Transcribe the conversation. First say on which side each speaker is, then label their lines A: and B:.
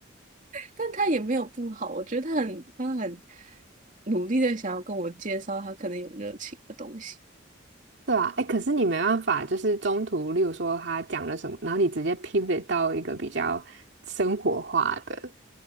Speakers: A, on the right (about 40°); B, on the right (about 60°).
A: 但他也没有不好，我觉得他很他很努力的想要跟我介绍他可能有热情的东西。
B: 对啊，哎，可是你没办法，就是中途，例如说他讲了什么，然后你直接 pivot 到一个比较生活化的